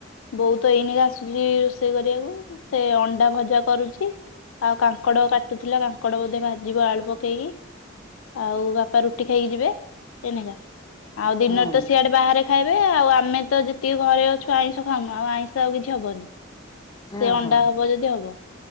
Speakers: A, on the left; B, on the left.
A: ବହୁତ ଏଇଣିକି ଆସୁଛି ରୋଷେଇ କରିବାକୁ ସେ ଅଣ୍ଡା ଭଜା କରୁଛି ଆଉ କାଙ୍କଡ କାଟୁଥିଲା କାଙ୍କଡ ବୋଧେ ଭାଜିବ ଆଳୁ ପକେଇକି ଆଉ ବାପା ରୁଟି ଖାଇକି ଯିବେ ଏନକା ଆଉ ଦିନରେ
B: ହୁଁ
A: ତ ସିଆଡେ ବାହାରେ ଖାଇବେ ଆଉ ଆମେ ତ ଯେତିକି ଘରେ ଅଛୁ ଆଇଁଷ ଖାଉନୁ ଆଉ ଆଇଁଷ ଆଉ କିଛି ହବନି।
B: ହଁ
A: ସେ ଅଣ୍ଡା
B: ହଁ
A: ହବ ଯଦି ହବ।